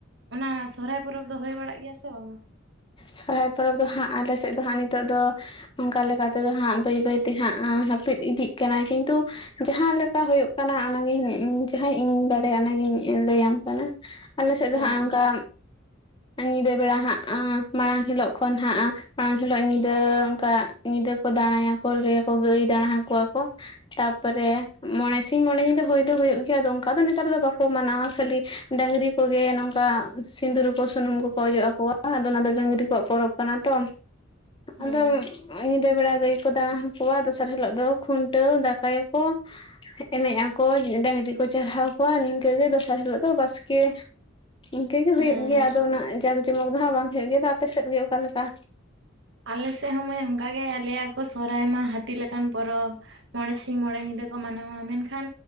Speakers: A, on the right; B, on the left.
A: ᱚᱱᱟ ᱥᱚᱨᱦᱟᱭ ᱯᱚᱨᱚᱵ ᱫᱚ ᱦᱩᱭ ᱵᱟᱲᱟᱜ ᱜᱮᱭᱟ ᱥᱮ ᱵᱟᱝᱟ?
B: ᱥᱚᱨᱦᱟᱭ ᱯᱚᱨᱚᱵ ᱫᱚ ᱦᱟᱸᱜ ᱟᱞᱮ ᱥᱮᱫ ᱫᱚ ᱦᱟᱸᱜ ᱱᱤᱛᱚᱜ ᱫᱚ ᱚᱱᱠᱟ ᱞᱮᱠᱟ ᱛᱮᱫᱚ ᱦᱟᱸᱜ ᱵᱟᱹᱭ ᱵᱟᱹᱭ ᱛᱮ ᱦᱟᱸᱜ ᱦᱟᱹᱯᱤᱫ ᱤᱫᱤᱜ ᱠᱟᱱᱟ ᱠᱤᱱᱛᱩᱼᱼ ᱡᱟᱸᱦᱟ ᱞᱮᱠᱟ ᱦᱩᱭᱩᱜ ᱠᱟᱱᱟ ᱚᱱᱟᱜᱤ ᱡᱟᱸᱦᱟ ᱤᱧᱤᱧ ᱵᱟᱲᱟᱭᱟ ᱚᱱᱟᱜᱤᱧ ᱞᱟᱹᱭᱟᱢ ᱠᱟᱱᱟ᱾ ᱟᱞᱮᱥᱮᱫ ᱫᱚ
A: ᱦᱮᱸ
B: ᱦᱟᱸᱜ
A: ᱦᱮᱸ
B: ᱱᱚᱝᱠᱟ ᱧᱤᱫᱟᱹ ᱵᱮᱲᱟ ᱦᱟᱸᱜᱼᱼ ᱢᱟᱲᱟᱝ ᱦᱤᱞᱳᱜ ᱠᱷᱚᱱ ᱦᱟᱸᱜ ᱢᱟᱲᱟᱝ ᱦᱤᱞᱳᱜ ᱧᱤᱫᱟᱹ ᱚᱱᱠᱟ ᱧᱤᱫᱟᱹ ᱠᱚ ᱫᱟᱬᱟᱭᱟ᱾ ᱦᱚᱭ ᱞᱟᱹᱭᱟ ᱠᱚ ᱜᱟᱹᱭ ᱰᱟᱬᱦᱟ ᱠᱚᱣᱟ ᱠᱚ ᱛᱟᱯᱚᱨᱮ ᱢᱚᱬᱮ ᱥᱤᱧ ᱢᱚᱬᱮ ᱧᱤᱫᱟᱹ ᱦᱩᱭ ᱫᱚ ᱦᱩᱭᱩᱜ ᱜᱮᱭᱟ ᱟᱫᱚ ᱱᱮᱛᱟᱨ ᱫᱚ ᱵᱟᱠᱚ ᱢᱟᱱᱟᱣᱟ ᱠᱷᱟᱹᱞᱤ ᱰᱟᱝᱨᱤ ᱠᱚᱜᱮ ᱱᱚᱝᱠᱟ ᱥᱤᱫᱩᱨ ᱠᱚ ᱥᱩᱱᱩᱢ ᱠᱚ ᱠᱚᱼᱼ ᱚᱡᱚᱜ ᱟᱠᱚᱣᱟ ᱟᱫᱚ ᱚᱱᱟ ᱰᱟᱝᱨᱤ ᱠᱚᱣᱟᱜ ᱯᱚᱨᱚᱵ ᱠᱟᱱᱟ ᱛᱚ
A: ᱦᱮᱸ
B: ᱟᱫᱚᱼᱼ ᱧᱤᱫᱟ ᱵᱮᱲᱟ ᱜᱟᱹᱭ ᱠᱚ ᱫᱟᱬᱟ ᱠᱚᱣᱟ ᱫᱚᱥᱟᱨ ᱦᱤᱞᱳᱜ ᱫᱚ ᱠᱷᱩᱱᱴᱟᱹᱣ ᱫᱟᱠᱟᱭᱟᱠᱚ᱾ ᱮᱱᱮᱡ ᱟᱠᱚ ᱰᱟᱹᱝᱨᱤ ᱠᱚ ᱪᱟᱨᱦᱟᱣ ᱠᱚᱣᱟ ᱱᱤᱝᱠᱟᱹ ᱜᱮ ᱫᱚᱥᱟᱨ ᱦᱤᱞᱳᱜ ᱫᱚ ᱵᱟᱥᱠᱮ᱾ ᱤᱱᱠᱟᱹ ᱜᱮ
A: ᱦᱮᱸ
B: ᱦᱩᱭᱩᱜ
A: ᱦᱮᱸ
B: ᱜᱮᱭᱟ ᱟᱫᱚ ᱩᱱᱟᱹᱜ ᱡᱟᱠ ᱡᱚᱢᱚᱠ ᱫᱚ ᱦᱟᱸᱜ ᱵᱟᱝ ᱦᱩᱭᱩᱜ ᱜᱮᱭᱟ, ᱟᱫᱚ ᱟᱯᱮ ᱥᱮᱫ ᱜᱮ ᱚᱠᱟᱞᱮᱠᱟ?
A: ᱟᱞᱮ ᱥᱮᱫ ᱦᱚᱸ ᱢᱟᱹᱭ ᱚᱱᱠᱟᱜ ᱜᱮ ᱞᱟᱹᱭᱟ ᱠᱚ ᱥᱚᱨᱚᱦᱟᱭ ᱢᱟ ᱦᱟᱹᱛᱤ ᱞᱮᱠᱟᱱ ᱯᱚᱨᱚᱵᱽ᱾ ᱢᱚᱬᱮ ᱥᱤᱧ ᱢᱚᱬᱮ ᱧᱤᱫᱟᱹ ᱠᱚ ᱢᱟᱱᱟᱣᱟ ᱢᱮᱱᱠᱷᱟᱱ